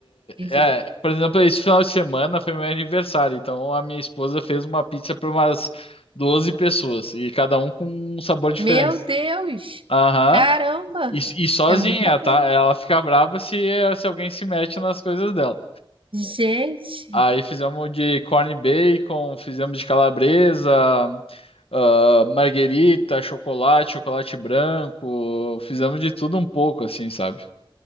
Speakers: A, on the right; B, on the left.
A: entendi.
B: É, por exemplo, esse final de semana foi meu aniversário. Então a minha esposa fez uma pizza para umas 12 pessoas. E cada um com um sabor diferente.
A: Meu Deus!
B: Aham.
A: Caramba!
B: E, e sozinha,
A: É muita coisa.
B: tá? Ela fica braba se, se alguém se mete nas coisas dela.
A: Gente!
B: Aí fizemos de corn bacon, fizemos de calabresa, ah, marguerita, chocolate, chocolate branco, fizemos de tudo um pouco, assim, sabe?